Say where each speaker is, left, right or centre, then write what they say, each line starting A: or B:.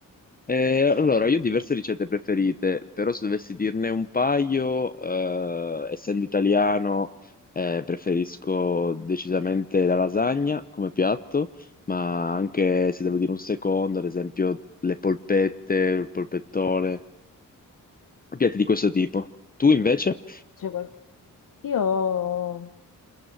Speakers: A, on the left; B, on the left.
A: E allora, io ho diverse ricette preferite, però se dovessi dirne un paio, eh, essendo italiano, eh, preferisco decisamente la lasagna come piatto, ma anche se devo dire un secondo, ad esempio le polpette, il polpettone, piatti di questo tipo. Tu invece?
B: C'è qual- Io